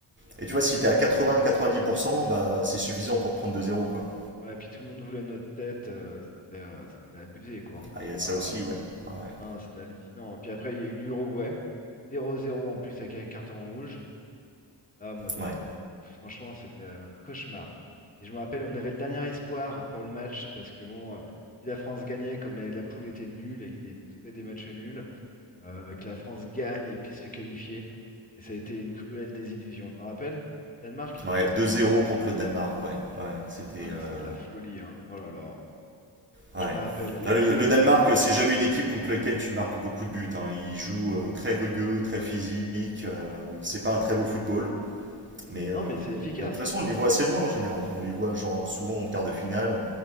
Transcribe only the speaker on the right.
Et tu
vois,
si
tu es à 80-90%, bah, c'est suffisant pour te prendre 2-0. quoi.
Ah, Il y a de
ça
aussi, ouais. Ouais,
ouais.
Ouais, deux zéro contre le Danemark, ouais. Ouais, c'était.
euh,
Ouais.
Ah, Le,
le Danemark,
c'est jamais une équipe contre laquelle tu marques beaucoup de buts. hein. Ils jouent euh, très rugueux, très physique. euh, c'est pas un très beau football. Mais,
euh,
mais de toute façon, on les voit assez loin en général. On les voit genre, souvent en quart de finale.